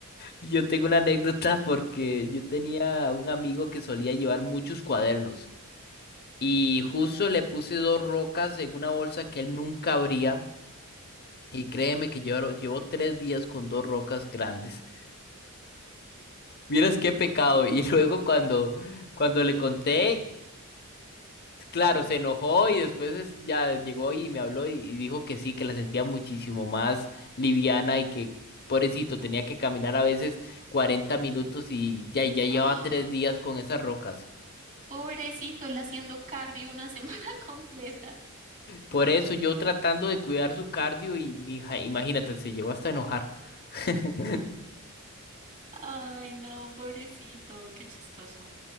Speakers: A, on the left; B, on the right.
A: Yo tengo una anécdota porque yo tenía un amigo que solía llevar muchos cuadernos y justo le puse dos rocas en una bolsa que él nunca abría y créeme que llevaron- llevó tres días con dos rocas grandes. Vieras qué pecado. <laughs> Y luego cuando, cuando le conté... Claro, se enojó y después es- ya llegó y me habló y, y dijo que sí, que la sentía muchísimo más liviana y que pobrecito tenía que caminar a veces 40 minutos y ya, ya llevaba
B: ¡Ah!
A: tres días con esas rocas.
B: Pobrecito, él haciendo cardio una semana <laughs> completa.
A: Por eso yo tratando de cuidar su cardio y mi hija, imagínate, se llegó hasta a enojar. <laughs>
B: Ay, no, pobrecito, qué chistoso.